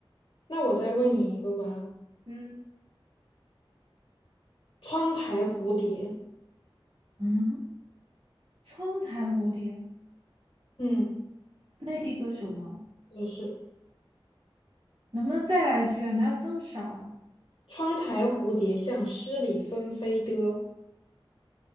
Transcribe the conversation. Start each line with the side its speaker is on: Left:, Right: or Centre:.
Left: 那我再问你一个吧，
Right: 嗯
Left: 窗台蝴蝶，
Right: 嗯，窗台蝴蝶，
Left: 嗯，
Right: 内地歌手吗？
Left: 就是
Right: 能不能再来一句啊？哪有这么少啊？
Left: 窗台蝴蝶像诗里纷飞的